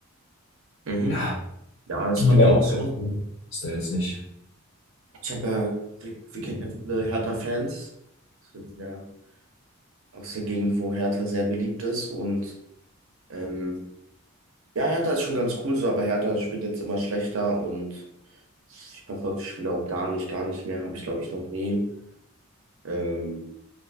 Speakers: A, on the right (about 70°); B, on the left (about 60°).
A: Mhm.
B: ja,
A: Ja, das
B: Liga
A: ist bei mir auch so.
B: ist da jetzt nicht.
A: Ich habe ja, wir, wir kennen ja viele Hertha-Fans. Das ist ja aus der Gegend, wo Hertha sehr beliebt ist. Und ähm, ja, Hertha ist schon ganz cool so, aber Hertha spielt jetzt immer schlechter und ich verfolge die Spiele auch gar nicht, gar nicht mehr. Habe ich, glaube ich, noch nie. Ähm,